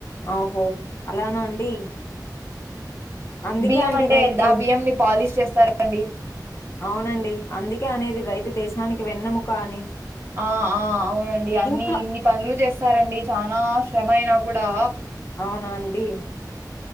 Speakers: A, on the left; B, on the right.
A: ఆహో అలానా అండి అందుకే
B: బియ్యం
A: అండి
B: అంటే
A: రైతు
B: ద ఆ బియ్యంని పాలిష్ చేస్తారా అండి.
A: అవునండి అందుకే అనేది రైతు దేశానికి వెన్నముక అని
B: ఆ ఆ అవునండి అన్ని
A: ఇంకా
B: ఇన్ని పనులు చేస్తారండి చనా శ్రమ అయినా కూడా
A: అవునా అండి